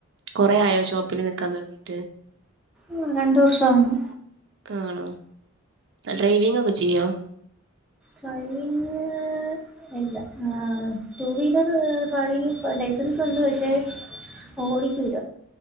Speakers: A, on the right (about 60°); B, in the centre.
A: കൊറേ ആയോ ഷോപ്പില് നിക്കാൻ തൊട്ങ്ങിട്ട്
B: ആഹ് രണ്ട് വർഷാകുന്നു
A: ആണോ ഡ്രൈവിംങ്ങൊക്കെ ചെയ്യോ
B: ഡ്രൈവിങ്... ങ്ങ് ഇല്ല ഏഹ് ടു വീലർ ഡ്രൈവിംങ്ങ് ലൈസൻസുണ്ട് പക്ഷേ ഓടിക്കൂല